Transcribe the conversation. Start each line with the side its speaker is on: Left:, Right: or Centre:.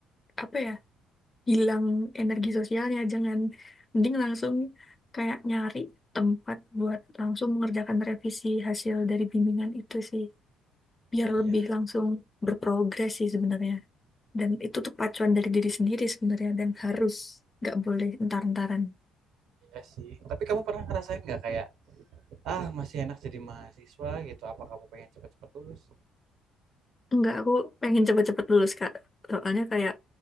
Left: apa ya, hilang energi sosialnya, jangan mending langsung kayak nyari tempat buat langsung mengerjakan revisi hasil dari bimbingan itu sih. Biar
Right: Oh iya,
Left: lebih langsung berprogres sih sebenarnya. Dan itu tuh pacuan dari diri sendiri sebenarnya dan harus nggak boleh entar-entaran.
Right: iya sih. Tapi kamu pernah ngerasain nggak kayak ah masih enak jadi mahasiswa gitu? Apa kamu pengen cepet-cepet lulus?
Left: Enggak, aku pengen cepet-cepet lulus Kak. Soalnya kayak